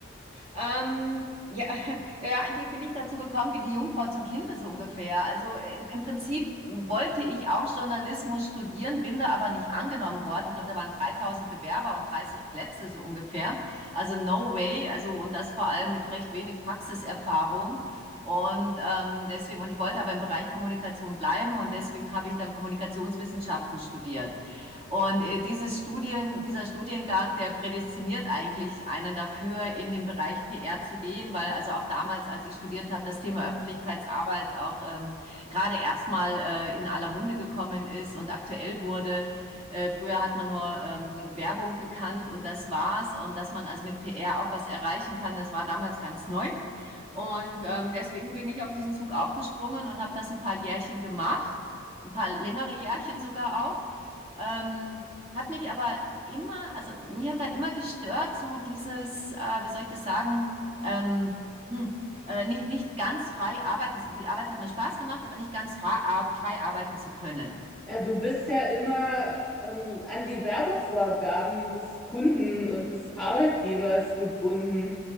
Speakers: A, on the right; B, in the centre.
A: Ähm, ja, <laughs> ja, eigentlich bin ich dazu gekommen wie die Jungfrau zum Kinde so ungefähr. Also in, im Prinzip wollte ich auch Journalismus studieren, bin da aber nicht angenommen worden. Ich glaube, da waren 3000 Bewerber und 30 Plätze so ungefähr. Also no way. Also und das vor allem mit recht wenig Praxiserfahrung. Und ähm, deswegen, und ich wollte aber im Bereich Kommunikation bleiben und deswegen habe ich dann Kommunikationswissenschaften studiert. Und äh, dieses Studien, dieser Studiengang, der prädestiniert eigentlich einen dafür, in den Bereich PR zu gehen, weil also auch damals, als ich studiert habe, das Thema Öffentlichkeitsarbeit auch ähm, gerade erstmal äh, in aller Munde gekommen ist und aktuell wurde. Äh, früher hat man nur ähm, Werbung gekannt und das war's. Und dass man also mit PR auch was erreichen kann, das war damals ganz neu. Und ähm, deswegen bin ich auf diesen Zug aufgesprungen und habe das ein paar Jährchen gemacht, ein paar längere Jährchen sogar auch. Ähm, hat mich aber immer, also mich hat da immer gestört, so dieses, äh, wie soll ich das sagen, ähm, hm, äh, nicht, nicht ganz frei arbeiten. Die Arbeit hat mir Spaß gemacht, aber nicht ganz fra- ar- frei arbeiten zu können.
B: Ja, du bist ja immer ähm, an die Werbevorgaben des Kunden und des Arbeitgebers gebunden.